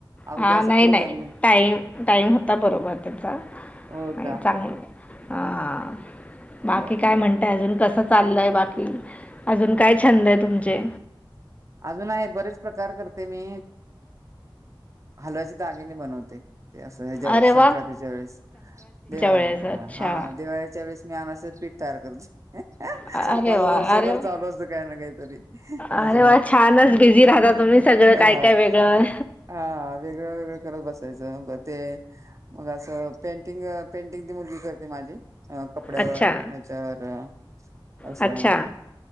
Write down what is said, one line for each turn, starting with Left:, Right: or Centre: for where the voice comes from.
Right: अगोदर
Left: हा
Right: असं
Left: नाही-
Right: पुढे
Left: नाही
Right: धरलं
Left: टाईम- टाईम होता बरोबर <inaudible> त्याचा
Right: हो का
Left: चांगल हा <inaudible> बाकी
Right: बरं
Left: काय
Right: बर
Left: म्हणतय अजून कस चाललंय बाकी अजून काय छंद आहे तुमचे?
Right: अजून आहे बरेच प्रकार करते मी हलव्याचे दागिने बनवते. ते असं ह्याच्या वेळेस
Left: अरे
Right: संक्रांतीच्या
Left: वाह! वेळेस अच्छा.
Right: हा हा दिवाळीच्या वेळेस मी अनारस पीठ तयार करते <inaudible>
Left: अरे
Right: माझं
Left: वाह!
Right: वर्षभर
Left: अरे वाह!
Right: चालू असतं काय ना काय तरी
Left: अरे
Right: असं
Left: वाह! छानच
Right: हमं
Left: बिझी
Right: हंम
Left: राहता तुम्ही
Right: हंम
Left: सगळं
Right: हा..
Left: काय, काय वेगळं.
Right: हा असं वेगळं वेगळं करत बसते. <unintelligible> ते असं पेंटिंग मुलगी करते माझी. <inaudible> कपड्यावर
Left: अच्छा,
Right: ह्याच्यावर <inaudible> असं
Left: अच्छा.